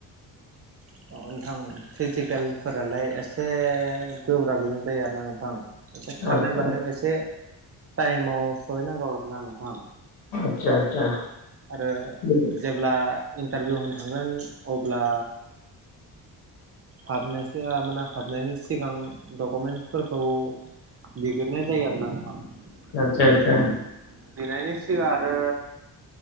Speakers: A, on the right; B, on the left.
A: <unintelligible> नोंथां फिजिकेलफोरालाय एसे गोब्राबैनो जायो आरोना नोंथां। एसे खारनाय
B: आतसा
A: बारनायाव एसे टाइमाव सहैनांगौ आरोना नोंथां।
B: आतसा आतसा।
A: आरो
B: बिदि
A: जेब्ला इन्टारभिउ होनो थांगोन अब्ला हाबनायसै माने हाबनायनि सिगां डकुमेन्टसफोरखौ बिगोरनाय जायो आरोना नोंथां।
B: आतसा आतसा
A: बिनायनि सिगां आरो